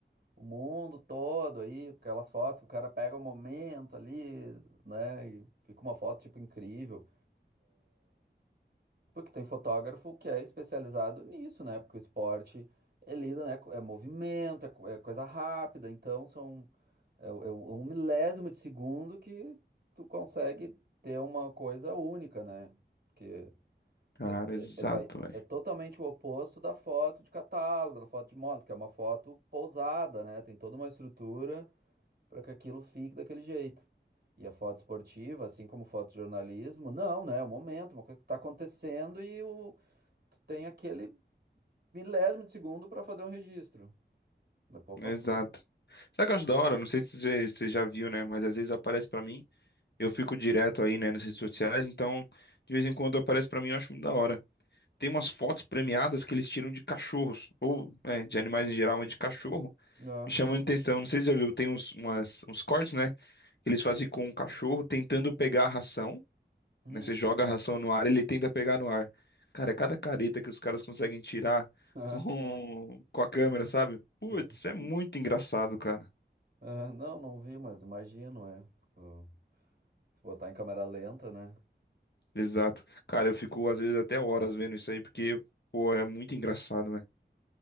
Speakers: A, on the right; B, on the left.
A: o mundo todo aí, porque aquelas fotos que o cara pega o momento ali, né? E fica uma foto, tipo, incrível. Porque tem fotógrafo que é especializado nisso, né? Porque o esporte, ele lida, né? co- É movimento, é, co- é coisa rápida, então são... É, o- é o- um milésimo de segundo que tu consegue ter uma coisa única, né? Porque
B: Cara,
A: é,
B: exato,
A: é, é vai,
B: velho.
A: é totalmente o oposto da foto de catálogo, da foto de moda, que é uma foto pousada, né? Tem toda uma estrutura para que aquilo fique daquele jeito. E a foto esportiva, assim como foto de jornalismo, não, né? É o momento, uma coisa que está acontecendo e o, tu tem aquele milésimo de segundo para fazer um registro. Depois
B: Exato.
A: passou.
B: Sabe o que eu acho da hora? Não sei se você você já viu, né? Mas às vezes aparece pra mim. Eu fico direto aí, né, nas redes sociais. Então, de vez em quando aparece pra mim, eu acho muito da hora. Tem umas fotos premiadas que eles tiram de cachorros, ou é, de animais em geral, mas de cachorro.
A: Ah,
B: me chamou a atenção. Não sei se já viu, tem uns, umas- uns cortes, né? Que eles fazem com um cachorro tentando pegar a ração,
A: hum,
B: né? Você joga a ração no ar, ele tenta pegar no ar. Cara, é cada careta que os caras conseguem tirar <laughs>
A: <laughs> ah,
B: com, com a câmera, sabe?
A: sim.
B: Putz, é muito engraçado, cara.
A: Ah, não, não vi, mas imagino, é. Ah, Se botar em câmera lenta, né?
B: Exato. Cara, eu fico às vezes até horas vendo isso aí, porque, pô, é muito engraçado, né?